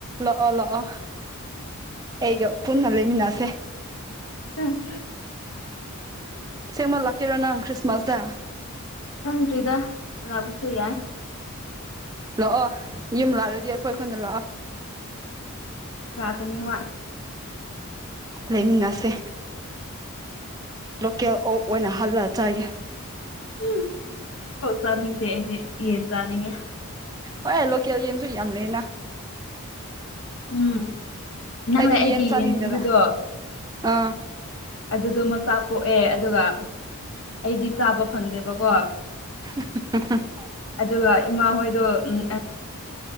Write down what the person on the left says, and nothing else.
ꯎꯝ
ꯁꯪꯗ꯭ꯔꯤꯗ ꯂꯥꯛꯄꯁꯨ ꯌꯥꯏ
ꯂꯥꯛꯒꯅꯤ ꯍꯣꯏ
ꯎꯝ ꯍꯧ ꯆꯥꯅꯤꯡꯗꯦ ꯑꯩꯗꯤ ꯌꯦꯟ ꯆꯥꯅꯤꯡꯉꯦ
ꯎꯝ ꯅꯪꯅ
ꯑꯩꯒꯤ
ꯄꯤꯕꯗꯣ
ꯑꯗꯨꯗꯣ ꯃꯆꯥ ꯄꯣꯛꯑꯦ ꯑꯗꯨꯒ ꯑꯩꯗꯤ ꯆꯥꯕ ꯐꯪꯗꯦꯕꯀꯣ
ꯑꯗꯨꯒ ꯏꯃꯥ ꯍꯣꯏꯗꯣ ꯎꯝ